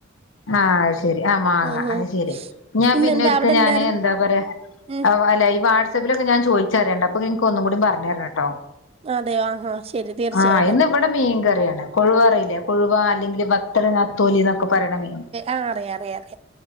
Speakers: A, on the left; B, on the right.
A: ആഹ് അത്‌ശെരി ആ മാങ്ങ
B: ഉം
A: അത്
B: ഉം
A: ശെരി ഞാൻ
B: ഇന്നെന്താ
A: പിന്നെ ഒരിക്കൽ
B: അവിടെ
A: ഞാന്
B: എന്തായിരുന്നു
A: എന്താ പറയാ
B: ഉം
A: അത്പോലെ ഈ വാട്സ സപ്പിലൊക്കെ ഞാൻ ചോയിച്ചറിയണ്ട് അപ്പൊ നിനക്ക് ഒന്നും കൂടി പറഞ്ഞരണംട്ടോ
B: അതെയോ ആഹാ ശരി തീർച്ചയായിട്ടും
A: ആഹ് ഇന്ന് ഇവിടെ മീൻകറിയാണ് കൊഴുവ അറിയില്ലേ കൊഴുവ അല്ലെങ്കി ഒരു പത്തര നാ തൊലി ന്നൊക്ക പറയണ മീ
B: ആഹ് അറിയാം അറിയാം അറിയാം.